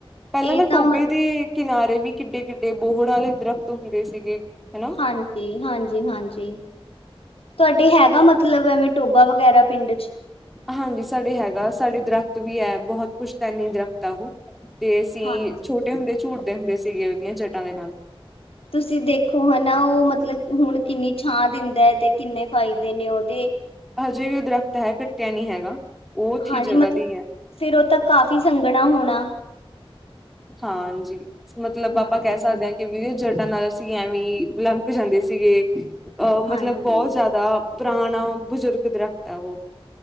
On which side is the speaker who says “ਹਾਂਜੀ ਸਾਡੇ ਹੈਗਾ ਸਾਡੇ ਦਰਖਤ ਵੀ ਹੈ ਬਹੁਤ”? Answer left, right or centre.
Centre